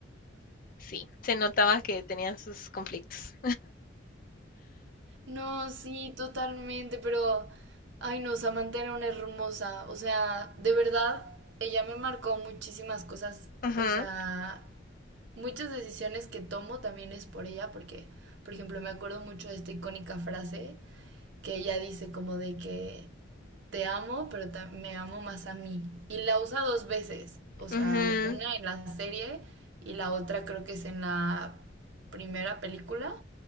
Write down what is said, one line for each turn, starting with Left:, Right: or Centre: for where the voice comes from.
Left: sí, se notaba que tenían sus conflictos.
Right: No, sí, totalmente, pero, ay no, Samantha era una hermosa, o sea, de verdad, ella me marcó muchísimas cosas,
Left: Ujú,
Right: o sea, muchas decisiones que tomo también es por ella, porque, por ejemplo, me acuerdo mucho de esta icónica frase que ella dice como de que te amo, pero ta- me amo más a mí, y la usa dos veces, o sea,
Left: ujú,
Right: una en la serie y la otra creo que es en la primera película